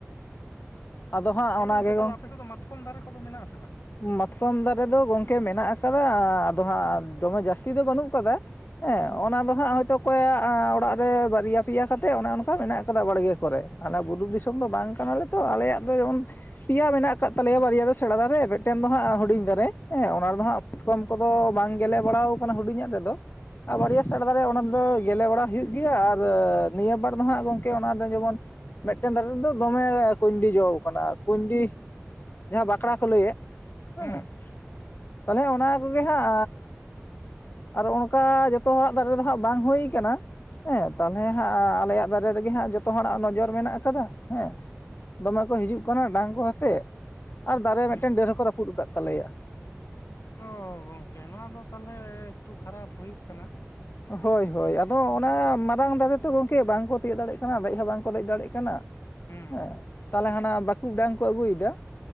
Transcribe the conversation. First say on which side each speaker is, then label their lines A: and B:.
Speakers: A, on the left (about 45°); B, on the left (about 85°).
A: ᱟᱫᱚ ᱦᱟᱸᱜ
B: ᱮ
A: ᱚᱱᱟᱜᱮ
B: ᱜᱚᱢᱠᱮ ᱛᱟᱦᱚᱞᱮ
A: ᱜᱚᱝᱠᱮ
B: ᱟᱯᱮ ᱥᱮᱫ ᱫᱚ ᱢᱟᱛᱠᱚᱢ ᱫᱟᱨᱮ ᱠᱚᱫᱚ ᱢᱮᱱᱟᱜᱼᱟ ᱥᱮ ᱵᱟᱝ?
A: ᱢᱟᱛᱠᱚᱢ ᱫᱟᱨᱮ ᱫᱚ ᱜᱚᱢᱠᱮ ᱢᱮᱱᱟᱜ ᱟᱠᱟᱫᱟ, ᱟᱫᱚ ᱦᱟᱸᱜ ᱫᱚᱢᱮ ᱡᱟᱹᱥᱛᱤ ᱫᱚ ᱵᱟᱹᱱᱩᱜ ᱟᱠᱟᱫᱟ ᱾ ᱦᱮᱸ,
B: ᱦᱩᱸ
A: ᱚᱱᱟ ᱫᱚ ᱦᱟᱸᱜ ᱦᱚᱭᱛᱳ ᱚᱠᱚᱭᱟᱜ ᱚᱲᱟᱜ ᱨᱮ ᱵᱟᱨᱭᱟ ᱯᱮᱭᱟ ᱠᱟᱛᱮ ᱚᱱᱮ ᱚᱱᱠᱟ ᱢᱮᱱᱟᱜ ᱟᱠᱟᱫᱟ ᱵᱟᱲᱜᱮ ᱠᱚᱨᱮ ᱾ ᱟᱞᱮ ᱵᱩᱨᱩ ᱫᱤᱥᱚᱢ ᱫᱚ ᱵᱟᱝ ᱠᱟᱱᱟᱞᱮ ᱾ ᱛᱚ ᱟᱞᱮᱭᱟᱜ ᱫᱚ ᱡᱮᱢᱚᱱ ᱯᱮᱭᱟ ᱢᱮᱱᱟᱜ ᱟᱠᱟᱫ ᱛᱟᱞᱮᱭᱟ, ᱵᱟᱨᱭᱟ ᱫᱚ ᱥᱮᱬᱟ ᱫᱟᱨᱮ ᱢᱤᱫ ᱢᱤᱫᱴᱮᱱ ᱫᱚ ᱦᱟᱸᱜ ᱦᱩᱰᱤᱧ ᱫᱟᱨᱮ ᱦᱮᱸ ᱚᱱᱟ ᱫᱚ ᱦᱟᱸᱜ ᱢᱟᱛᱠᱚᱢ ᱠᱚᱫᱚ
B: ᱦᱩᱸ
A: ᱵᱟᱝ ᱜᱮᱞᱮ ᱵᱟᱲᱟᱣ ᱠᱟᱱᱟ ᱦᱩᱰᱤᱧ ᱟᱜ ᱨᱮᱫᱚ ᱾ ᱟᱨ
B: ᱦᱩᱸ
A: ᱵᱟᱨᱭᱟ ᱥᱮᱬᱟ ᱫᱟᱨᱮ ᱚᱱᱟ ᱫᱚ ᱜᱮᱞᱮ ᱵᱟᱲᱟ ᱦᱩᱭᱩᱜ ᱜᱮᱭᱟ ᱟᱨ ᱱᱤᱭᱟᱹ ᱵᱟᱨ ᱫᱚ ᱦᱟᱸᱜ ᱜᱚᱝᱠᱮ ᱚᱱᱟ ᱫᱚ ᱡᱮᱢᱚᱱ, ᱢᱤᱫᱴᱮᱱ ᱫᱟᱨᱮ ᱨᱮᱫᱚ ᱫᱚᱢᱮ ᱠᱩᱭᱰᱤ ᱡᱚ ᱟᱠᱟᱱᱟ ᱠᱩᱭᱰᱤ ᱡᱟᱦᱟᱸ ᱵᱟᱠᱲᱟ ᱠᱚ ᱞᱟᱹᱭᱮᱫ ᱾ ᱦᱮᱸ,
B: ᱦᱩᱸ
A: ᱛᱟᱦᱚᱞᱮ ᱚᱱᱟ ᱠᱚᱜᱮ ᱦᱟᱸᱜ ᱟᱨ ᱚᱱᱠᱟ ᱡᱚᱛᱚ ᱦᱚᱲᱟᱜ ᱫᱟᱨᱮ ᱫᱚ ᱦᱟᱸᱜ ᱵᱟᱝ ᱦᱳᱭ ᱠᱟᱱᱟ ᱾ ᱦᱮᱸ, ᱛᱟᱦᱚᱞᱮ ᱦᱟᱸᱜ ᱟᱞᱮᱭᱟᱜ ᱫᱟᱨᱮ ᱨᱮᱜᱮ ᱦᱟᱸᱜ ᱡᱚᱛᱚ ᱦᱚᱲᱟᱜ ᱱᱚᱡᱚᱨ ᱢᱮᱱᱟᱜ ᱠᱟᱫᱟ ᱦᱮᱸ ᱾ ᱫᱚᱢᱮ ᱠᱚ ᱦᱤᱡᱩᱜ ᱠᱟᱱᱟ ᱰᱟᱝ ᱠᱚ ᱟᱛᱮ ᱟᱨ ᱫᱟᱨᱮ
B: ᱦᱩᱸ
A: ᱢᱤᱫᱴᱮᱱ ᱰᱟᱹᱨ ᱦᱚᱸᱠᱚ ᱨᱟᱹᱯᱩᱫ ᱟᱠᱟᱫ ᱛᱟᱞᱮᱭᱟ ᱾
B: ᱚ, ᱜᱚᱝᱠᱮ ᱱᱚᱣᱟ ᱫᱚ ᱛᱟᱦᱚᱞᱮ ᱮᱠᱴᱩ ᱠᱷᱟᱨᱟᱯ ᱦᱩᱭᱩᱜ ᱠᱟᱱᱟ ᱾
A: ᱦᱳᱭ ᱦᱳᱭ ᱟᱫᱚ ᱚᱱᱟ ᱢᱟᱨᱟᱝ ᱫᱟᱨᱮ ᱛᱚ ᱜᱚᱝᱠᱮ ᱵᱟᱝᱠᱚ ᱛᱤᱭᱳᱜ ᱫᱟᱲᱭᱟᱜ ᱠᱟᱱᱟ ᱫᱮᱡ ᱦᱚᱸ ᱵᱟᱝᱠᱚ ᱫᱮᱡ ᱫᱟᱲᱭᱟᱜ ᱠᱟᱱᱟ ᱾
B: ᱦᱩᱸ
A: ᱦᱮᱸ, ᱛᱟᱦᱚᱞᱮ ᱦᱟᱱᱟ ᱵᱟᱸᱠᱩ ᱰᱟᱝ ᱠᱚ ᱟᱹᱜᱩᱭᱮᱫᱟ ᱾